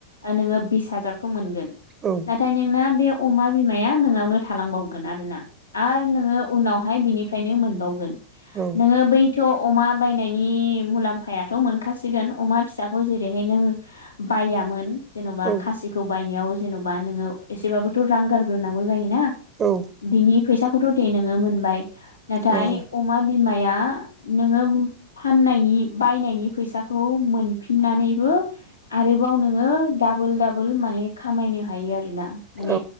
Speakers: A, on the left; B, on the right.
A: नोङो बिस हाजारखौ मोनगोन।
B: औ
A: नाथाय नोंना बे अमा बिमाया नोंनावनो थालांबावगोन। <unintelligible> ना आरो नोङो उनावहाय बेनिफ्रायनो मोनबावगोन
B: औ
A: नोङो बै थ' अमा बायनायनि मुलाम्फायाथ' मोनखासिगोन अमा फिसाखौ जेरैहाय नों बायामोन जेन'बा
B: औ
A: खासिखौ बायनायाव जेन'बा नोङो एसेबाबोथ' रां गारग्रोनांगौ जायोना
B: औ
A: बिनि फैसाखौथ' नोङो मोनबाय नाथाय
B: नंगौ
A: अमा बिमाया नोङो फाननायनि बायनायनि फैसाखौ मोनफिननानैबो आरोबाव नों नोङो दाबल- दाबल माने खामनो होयो आरोना माने
B: औ